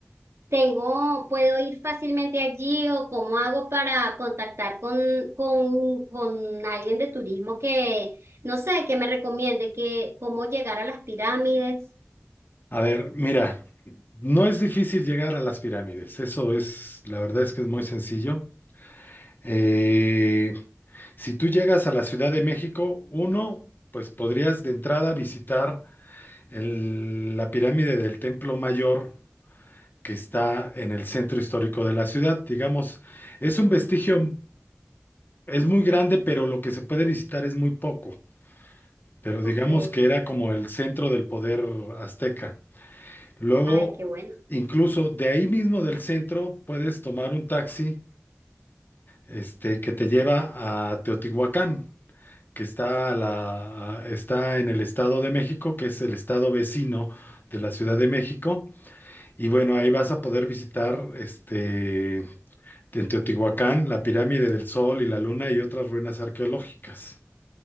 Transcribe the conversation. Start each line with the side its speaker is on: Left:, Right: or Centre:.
Right: tengo, ¿puedo ir fácilmente allí o cómo hago para contactar con, con, con alguien de turismo que, no sé, que me recomiende que cómo llegar a las pirámides?
Left: A ver, mira, no es difícil llegar a las pirámides, eso es, la verdad es que es muy sencillo. Eh, si tú llegas a la Ciudad de México, uno, pues podrías de entrada visitar el- la pirámide del Templo Mayor que está en el centro histórico de la ciudad. Digamos, es un vestigio, es muy grande, pero lo que se puede visitar es muy poco. Pero
Right: Ok,
Left: digamos que era como el centro del poder azteca. Luego,
Right: ay, qué bueno.
Left: incluso de ahí mismo del centro, puedes tomar un taxi, este, que te lleva a Teotihuacán, que está, a la, a- está en el Estado de México, que es el estado vecino de la Ciudad de México. Y bueno, ahí vas a poder visitar este, En Teotihuacán, la pirámide del Sol y la Luna y otras ruinas arqueológicas,